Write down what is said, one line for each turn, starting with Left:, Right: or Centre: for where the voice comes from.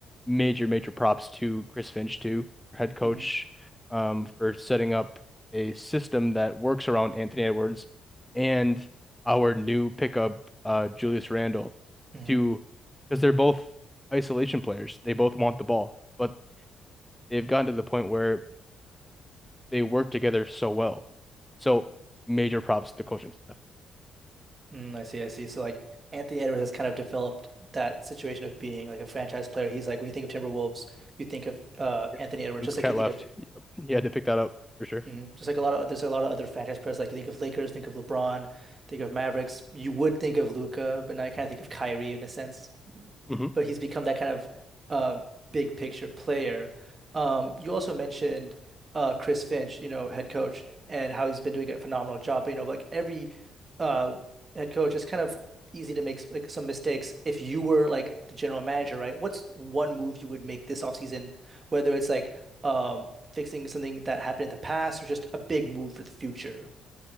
Centre: major, major props to Chris Finch, too, head coach,
Right: hmm
Centre: um, for setting up a system that works around Anthony Edwards and our new pickup, uh, Julius Randle,
Right: hmm
Centre: to because they're both isolation players. They both want the ball, but they've gotten to the point where they work together so well. So major props to coaching staff.
Right: Mm, I see, I see. So like Anthony Edwards has kind of developed that situation of being like a franchise player. He's like when you think of Timberwolves, you think of uh
Centre: Yep.
Right: Anthony Edwards,
Centre: Since
Right: just like
Centre: Cat
Right: you think
Centre: left,
Right: of
Centre: yep, he had to pick that up for sure.
Right: hmm Just like a lot of there's a lot of other franchise players. Like you think of Lakers, think of LeBron, think of Mavericks. You would think of Luca, but now you kind of think of Kyrie in a sense
Centre: hmm
Right: but he's become that kind of uh, big picture player. Um, you also mentioned uh, Chris Finch, you know, head coach, and how he's been doing a phenomenal job. But, you know, like every uh, head coach, it's kind of easy to make like some mistakes. If you were like the general manager, right? What's one move you would make this offseason, whether it's like um, fixing something that happened in the past or just a big move for the future?